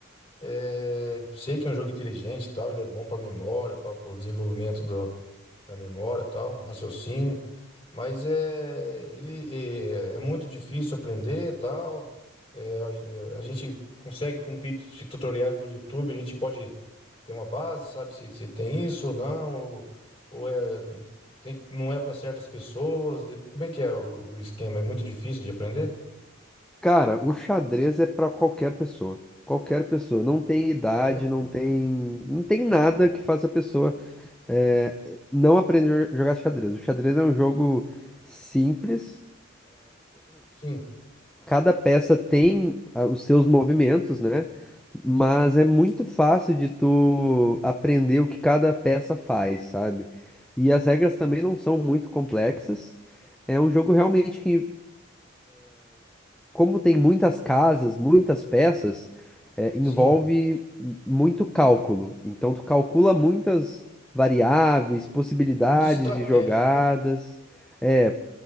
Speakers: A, on the left; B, in the centre.
A: É, sei que é um jogo inteligente e tal, ele é bom para memória, para o desenvolvimento do, da memória e tal, raciocínio, mas é, ele é, é muito difícil aprender e tal. É, a, a gente consegue com vídeos de tutoriais no YouTube, a gente pode ter uma base, sabe se, se tem isso ou não, ou, ou é, tem, não é para certas pessoas. de- Como é que é o, o esquema? É muito difícil de aprender?
B: Cara, o xadrez é pra qualquer pessoa. Qualquer pessoa. Não tem idade,
A: Ah, é?
B: não tem, não tem nada que faça a pessoa é, não aprender a jogar xadrez. O xadrez é um jogo simples.
A: Sim,
B: Cada peça tem ah, os seus movimentos, né? Mas é muito fácil de tu aprender o que cada peça faz, sabe? E as regras também não são muito complexas. É um jogo realmente que como tem muitas casas, muitas peças, é, envolve
A: sim.
B: muito cálculo. Então, tu calcula muitas variáveis, possibilidades
A: Muitas estratégias,
B: de jogadas.
A: né?
B: É,